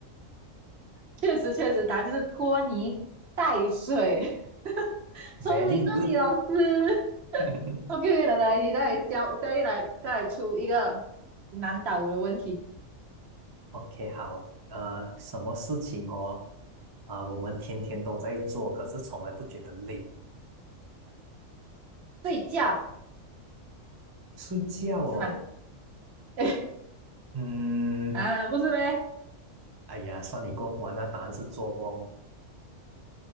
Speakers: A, on the right (about 55°); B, on the right (about 30°).
A: 确实，确实，答案就是拖泥带水。<laughs> 聪明哦，
B: v e r y good。
A: 你老师。<laughs>
B: <laughs>
A: OK，来来来，你再来教，再来再来出一个难倒我的问题。
B: OK，好，呃，什么事情哦？啊、我们天天都在做，可是从来不觉得累。
A: 睡觉
B: 睡觉哦，
A: 是吗？<laughs> 哎
B: 嗯，
A: 啊，不是咩？
B: 哎呀，算你过关了，答案是做梦。